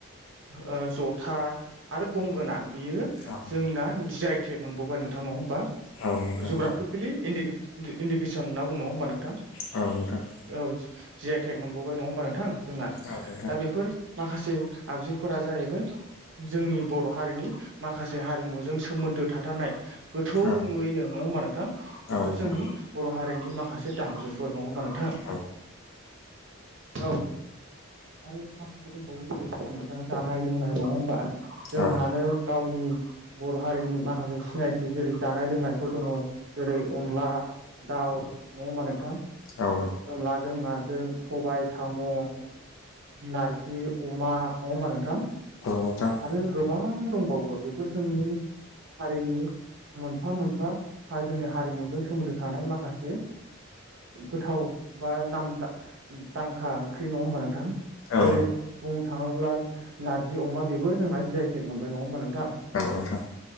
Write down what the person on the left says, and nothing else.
औ
औ नोंथां
औ नोंथां
औ नोंथां
औ
नोंथां
औ
औ
नोंथां औ नोंथां औ नोंथां औ
नोंथां
औ
नोंथां